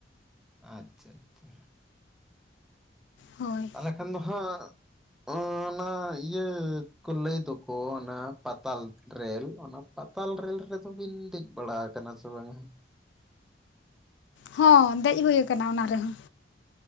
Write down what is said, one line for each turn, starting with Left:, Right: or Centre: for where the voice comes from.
Centre: ᱟᱪᱪᱷᱟ ᱟᱪᱪᱷᱟ᱾
Left: ᱦᱳᱭ᱾
Centre: ᱛᱟᱞᱦᱮ ᱠᱷᱟᱱ ᱫᱚ ᱦᱟᱸᱜ ᱚᱱᱟ ᱤᱭᱟᱹ ᱠᱚ ᱞᱟᱹᱭ ᱫᱚᱠᱚ ᱚᱱᱟ ᱯᱟᱛᱟᱞ ᱨᱮᱞ ᱚᱱᱟ ᱯᱟ ᱛᱟᱞ ᱨᱮᱞ ᱨᱮᱫᱚ ᱵᱤᱱ ᱫᱮᱡ ᱵᱟᱲᱟ ᱟᱠᱟᱱᱟ ᱥᱮ ᱵᱟᱝ ᱦᱟᱸᱜ?
Left: ᱦᱚᱸ ᱫᱮᱡ ᱦᱩᱭ ᱟᱠᱟᱱᱟ ᱚᱱᱟ ᱨᱮᱦᱚᱸ᱾